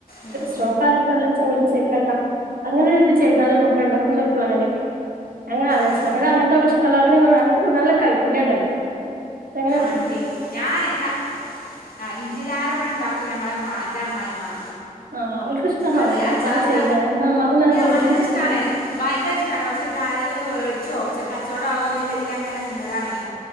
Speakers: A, on the left; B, on the right.
A: ഉം,
B: ഷോക്കാർ എടുത്തല്ലോ ചച്ചലക്ക് സതാക്കാ അങ്ങനെ ഇത് ചെയ്താലും നമുക്ക് ഉണ്ടാക്കുന്ന ഒരു പ്ലാന് അങ്ങനെ ആലോചിച്ച
A: ആ
B: അങ്ങന അങ്ങനത്തെൊക്കെ ഇഷ്ടല്ല അവന്നക്ക് നല്ല കൈ പുണ്യംണ്ടല്ലോങ്ങനെ
A: കണ്ടേ ഞാൻ ഞ ആ ഇഞ്ചിലാറെ ഇവിടെ ഉണ്ടാക്കൂ ഞങ്ങള എന്റെ അ്മായിമാ
B: ആഹ് ഓൽക്കിഷ്ടാന്നാവല്ലേ
A: അതെ
B: അങ്ങനത്തൊക്കെ
A: അച്ചാർട്ട
B: ചെയ്യാന് ഇന്നാ ഇമ്മാക്കും തന്നെ വീട്ടിലിരിക്കുമ്പളേ
A: ഭയങ്കര ഇഷ്ടണ ഭയങ്കര ഇഷ്ടണ പക്ഷെ ഇ ആരെങ്കിലും വേടി ച്ചോ ചച്ചെ കച്ചവടം ആകോന്നില്ല ഇതിൽ അങ്ങനെ നിന്നതാണേ